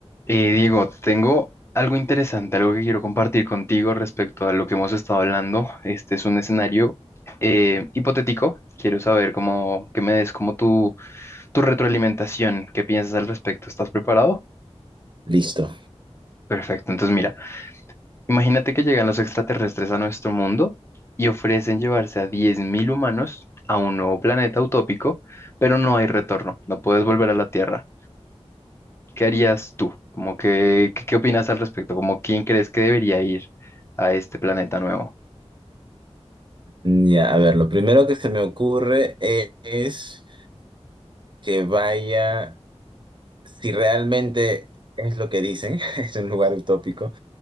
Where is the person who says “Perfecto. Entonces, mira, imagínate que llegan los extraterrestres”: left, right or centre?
Left